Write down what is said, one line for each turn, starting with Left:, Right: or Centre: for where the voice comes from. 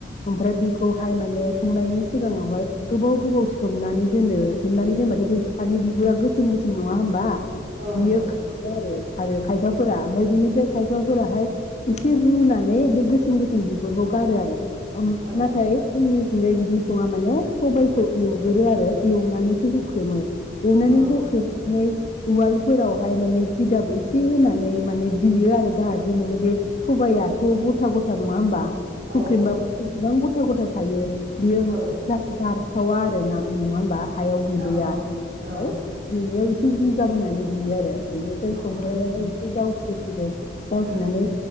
Left: ओमफ्राय बेखौहाय माने संनायनि सिगाङावहाय गोबाव गोबाव सोमनानै दोनो सोमनानै दोनबाथाय बे सानि बिगुरा गोसोम गोसोम नङा होमबा
Right: औ
Left: बियो
Right: नंगौ नोंथां
Left: खारो आरो खारो खायफाफोरा ओमफ्राय बेनिफ्राय खायफाफोराहाय एसे रुनानै बे गोसोम गोसोम बिगुरखौ गारो आरो
Right: औ
Left: नाथाय जोंनि थिंजाय बिदि सङा माने सबायखौ एवगोरो आरो एवनानैसो हुख्रेमो एवनानै
Right: अ
Left: हुख्रेमनानै उवालफोरावहाय माने जिगाब एसे होनानै माने देयो आरो जाहाथे माने बे सबाइआथ गथा गथा नङा होमबा हुख्रेमबाबो
Right: औ औ
Left: गोबां गथा गथा थायो बियो
Right: औ
Left: बार थाव आरो ना नङा होनबा हायाव गैलैया
Right: औ
Left: बिनिफ्राय
Right: औ
Left: बेनियाव इसे एसे जिगाब होनानै देयो आरो बिनिफ्राय
Right: अ
Left: संग्रायावबो एसे जावस्रो <unintelligible> जावस्रोनानै
Right: उम उम